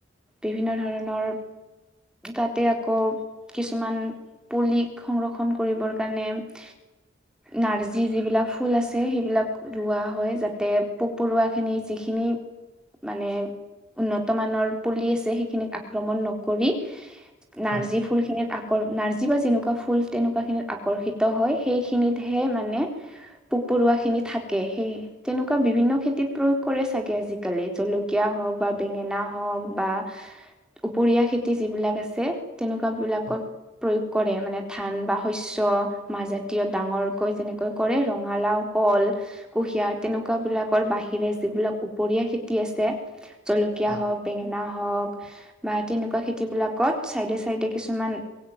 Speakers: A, in the centre; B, on the left (about 80°).
A: বিভিন্ন ধৰণৰ- তাতে আকৌ কিছুমান পুলিক সংৰক্ষণ কৰিবৰ কাৰণে- নাৰ্জী যিবিলাক ফুল আছে, সেইবিলাক- ৰোৱা হয় যাতে, পোক পৰুৱাখিনি যিখিনি- মানে উন্নত মানৰ পুলি আছে, সেইখিনিত আক্ৰমণ নকৰি- নাৰ্জী
B: হয়
A: ফুল খিনিত আকৰ নাৰ্জী বা যেনেকুৱা ফুল তেনেকুৱা খিনিত আকৰ্ষি- ত হয়, সেইখিনিতহে মানে পোক পৰুৱা খিনি থাকে, সেই- তেনেকুৱা বিভিন্ন খেতিত প্ৰয়োগ কৰে চাগে আজিকালি জলকীয়া হওক বা বেঙেনা হওক বা- ওপৰীয়া খেতি যিবিলাক আছে, তেনেকুৱাবিলাকত-
B: হয়
A: প্ৰয়োগ কৰে, মানে ধান বা শস্য- মাজাতীয় ডাঙৰকৈ যেনেকৈ কৰে ৰঙালাও, কল। কুঁহিয়া, তেনেকুৱা বিলাকৰ বাহিৰে যিবিলাক উপওৰীয়া খেতি আছে- জলকীয়া
B: হয়
A: হওঁক, বেঙেনা হওঁক- বা তেনেকুৱা খেতিবিলাকত চাইডে চাইডে কিছুমান